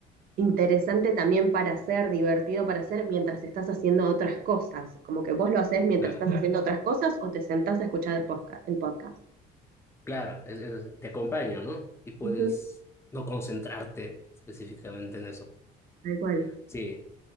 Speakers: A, on the right; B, on the left.
A: interesante también para hacer, divertido para hacer mientras estás haciendo otras cosas. Como que vos lo haces mientras
B: claro,
A: estás haciendo otras cosas o te sentás a escuchar el podcast, el podcast.
B: claro, es- es- te acompaña, ¿no? Y puedes
A: Ujú,
B: no concentrarte específicamente en eso.
A: Tal cual.
B: Sí,